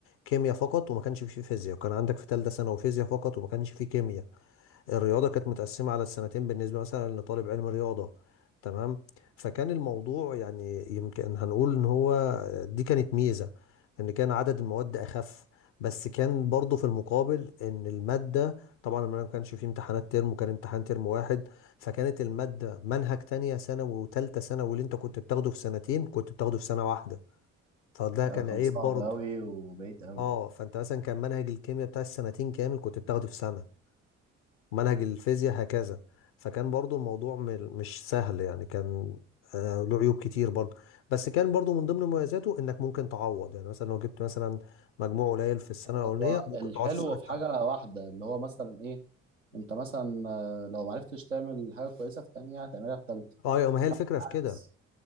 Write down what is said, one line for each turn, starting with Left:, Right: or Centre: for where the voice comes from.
Left: كيمياء فقط وما كانش فيه فيزياء وكان عندك في تالتة ثانوي فيزياء فقط وما كانش فيه كيمياء الرياضة كانت متقسمة على السنتين بالنسبة مثلا لطالب علم رياضة تمام فكان الموضوع يعني يمكن هنقول ان هو دي كانت ميزة ان كان عدد المواد اخف بس كان برضو في المقابل ان المادة طبعا ما كانش فيه امتحانات ترم وكان امتحان ترم واحد فكانت المادة منهج تانية ثانوي وتالتة ثانوي واللي انت كنت بتاخده في سنتين كنت بتاخده في سنة واحدة فده
Right: ده
Left: كان
Right: كان
Left: عيب
Right: صعب
Left: برضو
Right: قوي وبعيد قوي
Left: اه فانت مثلا كان منهج الكيمياء بتاع السنتين كامل كنت بتاخده في سنة منهج الفيزياء هكذا فكان برضو الموضوع م- مش سهل يعني كان آه، له عيوب كتير برضو بس كان برضو من ضمن مميزاته انك ممكن تعوض يعني مثلا لو جبت مثلا مجموع قليل في السنه الاولانيه
Right: هو
Left: ممكن
Right: الحلو
Left: تعوض في السنه الثانيه
Right: في حاجه واحده اللي هو مثلا ايه انت مثلا آه، لو معرفتش تعمل حاجه كويسه في تانية هتعملها في تالتة
Left: اه يا ما هي الفكره في كده
Right: عكس